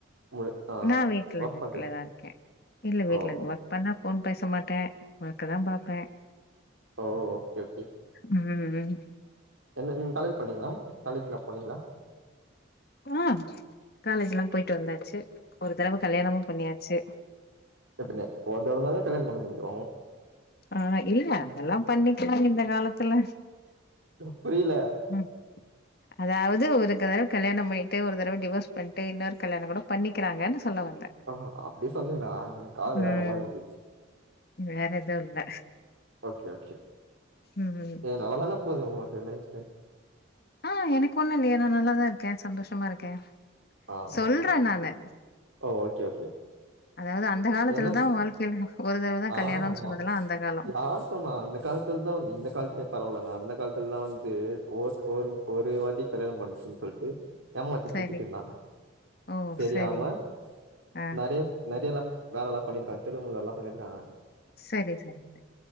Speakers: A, on the right; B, on the left.
A: முழு ஆ
B: நா வீட்ல
A: ஒர்க்
B: வெட்டியாதா
A: பண்றீங்க
B: இருக்கே இல்ல வீட்டுல
A: ஓ ஓகே
B: இர்ந் ஒர்க் பண்ணா ஃபோன் பேச மாட்டே ஒர்க்க தா பாப்பே
A: ஓ ஓ ஓக்கே ஓகே
B: ம்
A: என்ன நீங்க காலேஜ் பண்ணீங்களா காலேஜ்லாம் போனீங்களா
B: ஆ காலேஜ்ல்லா போயிட்டு வந்தாச்சு ஒரு தடவ கல்யாணமும் பண்ணியாச்சு
A: எதுங்க ஒரு தடவதா கல்யாணோ பண்ண முடியு
B: ஆ இல்ல அதெல்லா பண்ணிக்கிறாங்க இந்த காலத்துல
A: புரியல
B: ம் அதாவது ஒரு தரவ கல்யாணம் பண்ணிட்டு ஒரு தரவ டிவோர்ஸ் பண்ணிட்டு இன்னொரு கல்யாணோ கூட பண்ணிக்கிறாங்கன்னு சொல்ல வந்தே
A: ஆஹான் அப்டி சொன்னீங்களா காதுல
B: ம்
A: வேற மாதிரி விழுந்துச்சு
B: வேற எதுவு இல்ல
A: ஓகே ஓகே
B: ம்
A: ஏ நல்லாதான போகுது ஒனக்கு லைஃபு
B: ஆ எனக்கு ஒண்ணு இல்லையே நான் நல்லாாதான் இருக்கே சந்தோஷமா இருக்கே
A: ஆ
B: சொல்றே
A: ஓகே ஓகே
B: நானு
A: ஓ ஓகே ஓகே
B: அதாவ்து அந்த காலத்துல
A: என்ன
B: தா வாழ்க்கையில ஒரு தடவ தான்
A: ஆ
B: கல்யாணோன்னு
A: ஆமா
B: சொல்லறதுலாம் அந்த காலோ
A: யார் சொன்னா அந்த காலத்துல தான் இந்த காலத்துலயே பரவாயில்லங்க அந்த காலத்துலாம் வந்து ஓக் ஒன் ஒரு வாட்டி கல்யாணோ பண்ணுச்சுன்னு சொல்லிட்டு ஏமாத்திட்
B: சரி
A: போய்ட்டு ட்டுன்னா
B: ஓ
A: தெரியாம
B: சரி ஆ
A: நறையா நிறையல்லா வேல எல்லா பண்ணிருக்காங் தில்லுமுல் எல்லா பண்ணிருக்காங்
B: சேரி சேரிங்க